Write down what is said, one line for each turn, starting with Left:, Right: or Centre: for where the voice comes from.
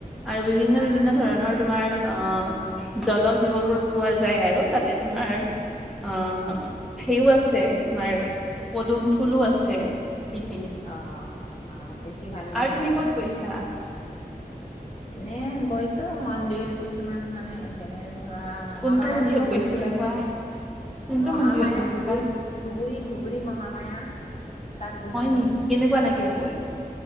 Centre: আৰু বিভিন্ন
Left: আহ
Centre: বিভিন্ন ধৰণৰ তোমাৰ অ জল জীৱ বোৰ পোৱা যায় আৰু তাতে তোমাৰ অ সেইও আছে তোমাৰ পদুম ফুলো আছে সেইখিনি
Left: আহ আহ দেখি ভাল লাগে
Centre: আৰু তুমি
Left: চাগে
Centre: ক'ত গৈছা
Left: এনে গৈছো মন্দিৰ কিছুমান মানে ধেনে ধৰা মহামায়তকো
Centre: কোনটো মন্দিৰত
Left: গৈছো
Centre: গৈছিলা কোৱা কোনটো
Left: মহামায়া
Centre: মন্দিৰত গৈছিলা
Left: ধুবুৰী ধুবুৰী ধুবুৰী মহামায়া তাত গৈছো।
Centre: হয় নিকি কেনেকুৱা লাগিল কৈ